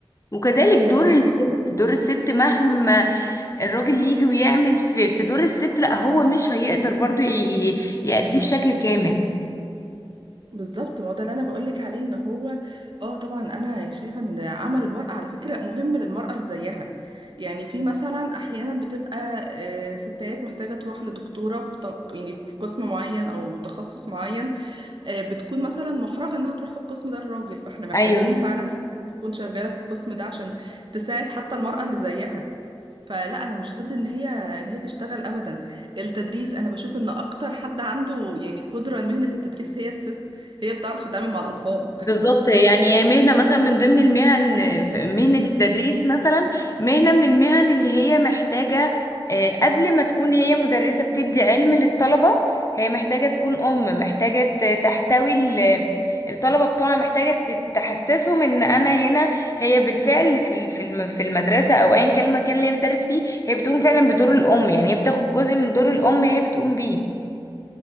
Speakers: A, on the left; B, on the right.
A: وكذلك دور
B: ده
A: الست
B: حقيقي
A: دور الست مهما الراجل يجي ويعمل في في دور الست لا هو مش هيقدر برضو ي- ي- يأديه بشكل كامل
B: بالظبط ما هو ده اللي انا بقولك عليه ان هو اه طبعا انا شايفه ان عمل المراه على فكره مهم للمراه اللي زيها يعني في مثلا احيانا بتبقى آه، ستات محتاجه تروح لدكتوره في ط- يعني في قسم معين او تخصص معين آه، بتكون مثلا محرجة انها تروح في القسم ده الراجل فاحنا محتاجين
A: ايوه
B: فعلا ستات تكون شغالة في القسم ده عشان تساعد حتى المرأة اللي زيها فلا انا مش ضد ان هي ان هي تشتغل ابدا التدريس انا بشوف ان اكتر حد عنده يعني قدرة لمهنة التدريس هي الست هي بتعرف تتعامل مع الاطفال
A: بالظبط يعني هي مهنة مثلا من ضمن المهن في مهنة التدريس مثلا مهنة من المهن اللي هي محتاجة آه، قبل ما تكون هي مدرسة بتدي علم للطلبة هي محتاجة تكون أم محتاجة ت- تحتوي ال- الطلبة بتوعها محتاجة ت- تحسسهم إن أنا هنا هي بالفعل في ال- في الم- في المدرسة أو أيا كان المكان اللي هي بتدرس فيه هي بتقوم فعلا بدور الأم يعني هي بتاخد جزء من دور الأم هي بتقوم بيه